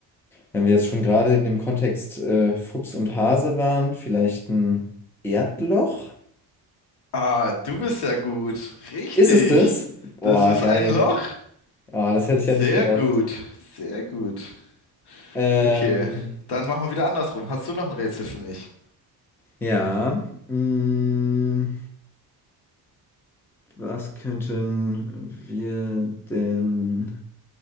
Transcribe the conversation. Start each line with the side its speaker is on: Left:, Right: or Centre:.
Centre: Wenn wir jetzt schon gerade in dem Kontext äh, Fuchs und Hase waren, vielleicht ein Erdloch?
Left: Ah, du bist ja gut. Richtig.
Centre: Ist es das? Boah,
Left: Das ist
Centre: geil.
Left: ein Loch.
Centre: Boah, das hätte
Left: Sehr
Centre: ich ja nicht gedacht.
Left: gut. Sehr gut.
Centre: Ähm,
Left: Okay, dann machen wir wieder andersrum. Hast du noch ein Rätsel für mich?
Centre: ja. Mh, was könnten wir denn